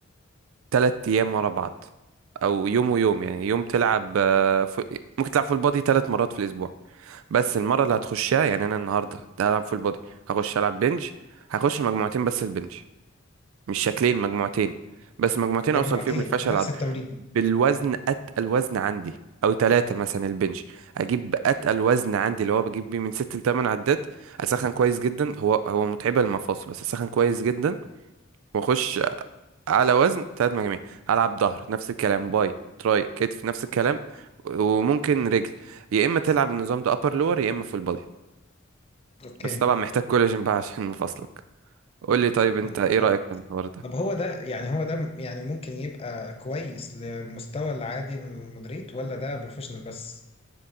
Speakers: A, on the right; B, on the left.
A: تلات أيام ورا بعض أو يوم ويوم يعني يوم تلعب آه، ف... ممكن تلعب فول بودي تلات مرات في الأسبوع بس المرة اللي هتخشها يعني أنا النهاردة هلعب فول بودي هخش ألعب بنج هخش مجموعتين بس البنج مش شكلين مجموعتين بس مجموعتين
B: مجموعتين
A: أوصل فيهم للفشل
B: في نفس
A: العضلي
B: التمرين
A: بالوزن أتقل وزن عندي أو تلاتة مثلا البنج أجيب أتقل وزن عندي اللي هو بجيب بيه من ست لتمن عدات أسخن كويس جدا هو هو متعبة المفاصل بس أسخن كويس جدا وأخش على وزن تلات مجاميع هلعب ظهر نفس الكلام باي تراي كتف نفس الكلام وممكن رجل يا اما تلعب النظام ده ابر لور يا اما فول بودي
B: اوكي
A: بس طبعا محتاج كولاجين بقى عشان مفاصلك قول لي طيب انت
B: مم.
A: ايه رايك في الحوار ده
B: طب هو ده يعني هو ده يعني ممكن يبقى كويس لمستوى العادي للمدريد ولا ده بروفيشنال بس